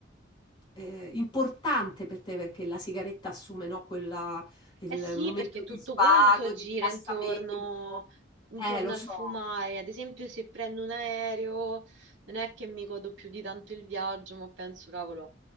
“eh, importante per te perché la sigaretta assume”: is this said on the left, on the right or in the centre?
Left